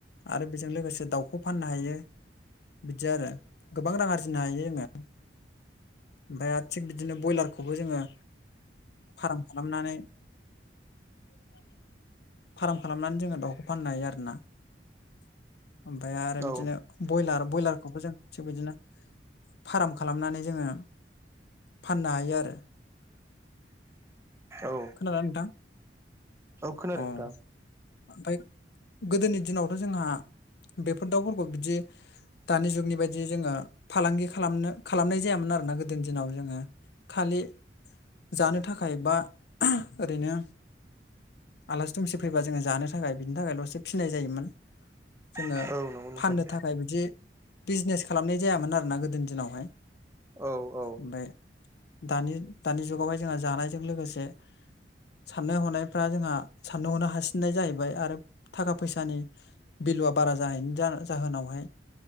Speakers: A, on the left (about 65°); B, on the right (about 15°).
A: आरो बेजों लोगोसे दाउखौ फाननो हायो बिदि आरो गोबां रां आरजिनो हायो जोङो। ओमफ्राय आरो थिग बिदिनो ब्रयलारखौबो जोङो फार्म खालामनानै <inaudible> फार्म खालामनानै जोङो दाउखौ फाननो हायो आरोना ओमफ्राय आरो बिदिनो
B: औ
A: ब्रयलार बयलारखौबो जों थिग बिदिनो फार्म खालामनानै जोङो फाननो हायो आरो
B: औ
A: खोनादों ना नोंथां
B: खोनादों
A: औ
B: नोंथां
A: ओमफ्राय गोदोनि दिनावथ' जोंहा बेफोर दाउफोरखौ बिदि दानि जुगनि बायदि जोङो फालांगि खालामनो खालामनाय जायामोन आरोना गोदोनि दिनाव जोङो। खालि जानो थाखाय बा ओरैनो आलासि दुमसि फैबा जोङो जानो थाखाय बिनि थाखायल'से फिनाय जायोमोन जोङो
B: औ नंगौ नोंथां
A: फाननो था खाय ओमफ्राय बिदि बिजनेस खालामनाय जायामोन आरोना गोदोनि दिनावहाय
B: औ औ
A: ओमफ्राय दानि दानि जुगावहाय जोंहा जानायजों लोगोसे साननाय हनायफ्रा जोंहा साननो हनो हासिननाय जाहैबाय आरो थाखा फैसानि बिलुआ बारा जाहैनि जाहोनावहाय